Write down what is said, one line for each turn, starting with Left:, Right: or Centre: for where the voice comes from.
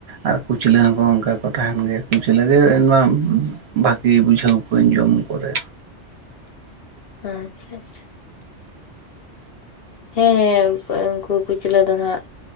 Right: ᱟᱨ ᱠᱩᱪᱞᱟᱹ ᱦᱚᱸᱠᱚ ᱚᱸᱠᱟ ᱠᱚ ᱛᱟᱦᱮᱸᱱ ᱜᱮᱭᱟ, ᱠᱩᱪᱞᱟᱹ ᱡᱮ ᱮᱱ ᱢᱟᱢ ᱵᱷᱟ ᱠᱤ ᱵᱩᱡᱷᱟᱹᱣ ᱵᱟᱹᱧ ᱡᱚᱢ ᱠᱚᱨᱮ᱾
Left: ᱟᱪᱪᱷᱟ ᱟᱪᱪᱷᱟ᱾ ᱦᱮᱸ ᱦᱮᱸ ᱩᱱᱠᱩ ᱩᱸᱠᱩ ᱠᱩᱪᱞᱟᱹ ᱫᱚ ᱱᱷᱟᱸᱜ